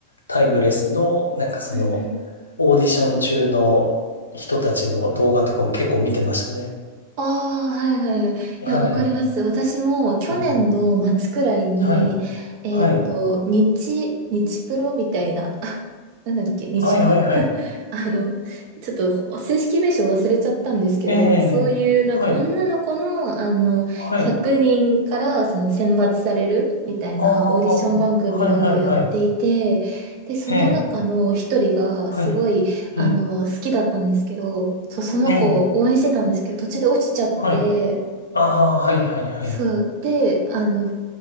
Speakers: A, on the left; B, on the right.
A: タイムレスの、なんかその、
B: うんうん
A: オーディション中の人たちの動画とかも結構見てましたね。
B: ああ、はいはいはい。いや、
A: はい。
B: わかります。私も去年の末くらいに、
A: うん。はい。
B: えっと、
A: はい。
B: 日、日プロみたいな、あなんだっけ、日プ
A: はい、はい、はい。
B: <laughs> あの、ちょっとほ正式名称忘れちゃったんですけど、
A: ええ、ええはい。
B: そういうなんか女の子の、あの、
A: はい。
B: 100人からその選抜されるみたいなオーディション番組をやっていて、
A: ああ、はい、はい、はい。
B: で、その中の一人がすごいあの、
A: ええ、はい。うん。
B: 好きだったんですけど、そう、その子を応援してたんですけど、
A: ええ、
B: 途中で落ちちゃって、
A: はい。ああ、はい、はい、はい。
B: そう、で、あの、